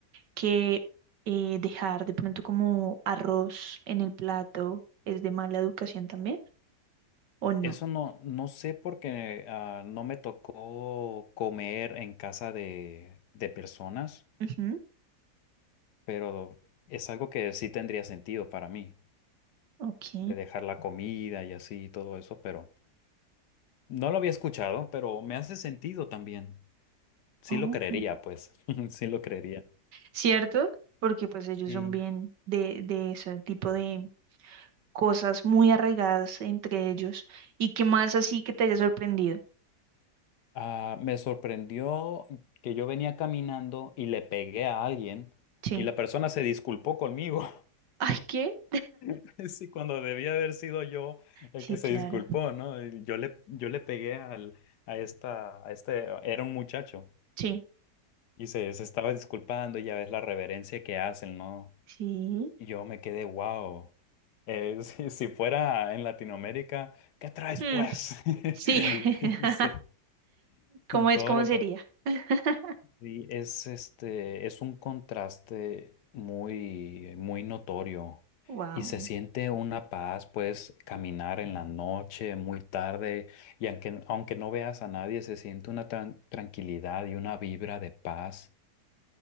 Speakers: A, on the right; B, on the left.
A: que eh, dejar de pronto como arroz en el plato es de mala educación también, ¿o no?
B: Eso no, no sé porque ah, no me tocó comer en casa de, de personas,
A: Ujú,
B: pero es algo que sí tendría sentido para mí,
A: Ok.
B: de dejar la comida y así y todo eso, pero no lo había escuchado, pero me hace sentido también. Sí
A: Oh.
B: lo creería, pues, <laughs> sí lo creería.
A: ¿Cierto? Porque pues ellos
B: Sí.
A: son bien de, de ese tipo de cosas muy arraigadas entre ellos y que más así que te haya sorprendido.
B: Ah, me sorprendió que yo venía caminando y le pegué a alguien
A: Sí.
B: y la persona se disculpó conmigo.
A: Ay, ¿qué?
B: <laughs> Sí, cuando debía haber sido yo el
A: Sí,
B: que se
A: claro.
B: disculpó, ¿no? Y Yo le, yo le pegué al, a esta, a este, era un muchacho
A: Sí.
B: y se, se estaba disculpando y ya ves la reverencia que hacen, ¿no?
A: Sí.
B: Y yo me quedé, wow. Eh, <laughs> si, si fuera en Latinoamérica, ¿qué traes
A: Mm,
B: pues? <laughs>
A: sí. <laughs>
B: Sí,
A: ¿Cómo es?
B: todo
A: ¿Cómo
B: lo
A: sería?
B: contrario.
A: <laughs>
B: Sí, es este, es un contraste muy, muy notorio
A: Wow.
B: y se siente una paz, puedes caminar en la noche, muy tarde, y aunque, aunque no veas a nadie, se siente una tran- tranquilidad y una vibra de paz.